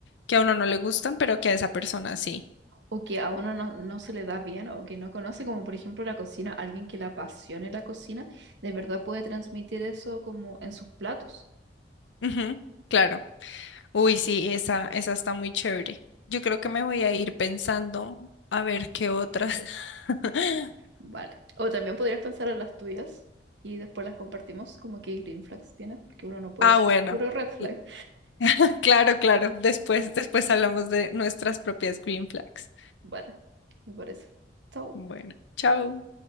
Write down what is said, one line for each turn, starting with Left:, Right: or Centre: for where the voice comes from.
Left: que a uno no le gustan, pero que a esa persona sí.
Right: O que a uno no, no se le da bien o que no conoce, como por ejemplo la cocina, alguien que le apasione la cocina, de verdad puede transmitir eso como en sus platos.
Left: Ujú, claro. Uy, sí, esa, esa está muy chévere. Yo creo que me voy a ir pensando a ver qué otras. <laughs>
Right: Vale. O también podrías pensar en las tuyas y después las compartimos como que green flags tienes, porque uno no puede
Left: Ah,
Right: ser
Left: bueno.
Right: puro red flag.
Left: y- <laughs> Claro, claro. Después, después hablamos de nuestras propias green flags.
Right: Vale, me parece. Chau.
Left: Bueno, chao.